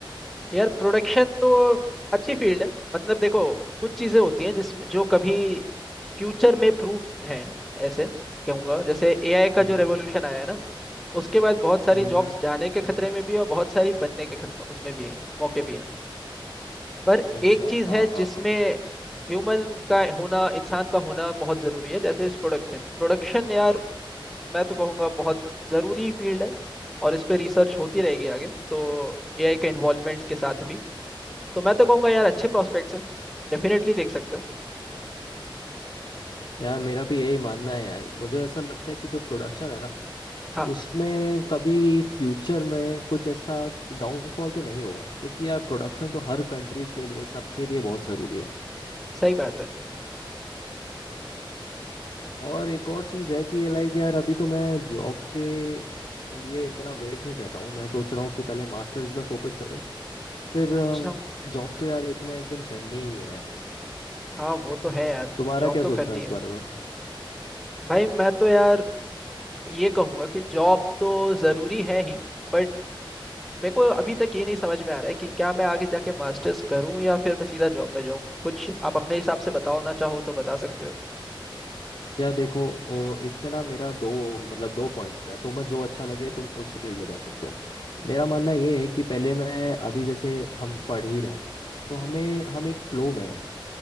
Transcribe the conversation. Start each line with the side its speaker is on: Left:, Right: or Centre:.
Centre: यार प्रोडक्शन तो अच्छी फील्ड है मतलब देखो कुछ चीजें होती हैं जिसमें जो कभी फ्यूचर में प्रूफ हैं ऐसे कहूंगा जैसे एआई का
Left: हम्म
Centre: जो रेवोल्यूशन
Left: हम्म
Centre: आया है ना उसके बाद बहुत सारी
Left: हम्म
Centre: जॉब्स
Left: हम्म,
Centre: जाने के खतरे में भी है और बहुत सारी बनने के खतरे उसमें भी है मौके भी हैं पर
Left: अच्छा
Centre: एक चीज
Left: हाँ
Centre: है
Left: हाँ
Centre: जिसमें
Left: हाँ
Centre: ह्यूमन का होना इंसान का होना बहुत जरूरी है जैसे इस प्रोडक्शन प्रोडक्शन यार मैं तो कहूँगा बहुत जरूरी फील्ड है और इस पे रिसर्च होती रहेगी आगे तो एआई के इन्वॉल्वमेंट के साथ भी तो मैं तो कहूंगा यार अच्छे प्रोस्पेक्ट्स हैं डेफिनेटली देख सकते हो
Left: यार मेरा भी यही मानना है यार मुझे ऐसा लगता है कि जो प्रोडक्शन है ना
Centre: हाँ
Left: उसमें कभी फ्यूचर में कुछ ऐसा डाउनफॉल तो नहीं होगा क्योंकि यार प्रोडक्शन तो हर कंट्री के लिए सबके लिए बहुत ज़रूरी है
Centre: सही बात है
Left: और एक और चीज़ है कि ये लाइक यार अभी तो मैं जॉब के लिए इतना वेट नहीं कर रहा हूँ मैं सोच रहा हूँ कि पहले मास्टर्स में फोकस करूँ फिर
Centre: अच्छा
Left: जॉब तो यार एक ना एक दिन करनी ही है
Centre: हाँ वो तो है यार
Left: तुम्हारा
Centre: जॉब
Left: क्या
Centre: तो
Left: सोचना
Centre: करनी
Left: है इस
Centre: है
Left: बारे में
Centre: भाई मैं तो यार ये कहूंगा कि जॉब तो ज़रूरी है ही बट मेरे को अभी तक ये नहीं समझ में आ रहा है कि क्या मैं आगे जाके मास्टर्स करूँ या फिर मैं सीधा जॉब में जाऊँ कुछ आप अपने हिसाब से बताओ ना चाहो तो बता सकते हो
Left: यार देखो ओ, इसमें ना मेरा दो मतलब दो पॉइंट्स है तुम्हें जो अच्छा लगे तुम उस फील्ड में जा सकते हो मेरा मानना ये है कि पहले मैं अभी जैसे हम पढ़ ही रहे हैं तो हमें
Centre: हम्म
Left: हम एक फ्लो में हैं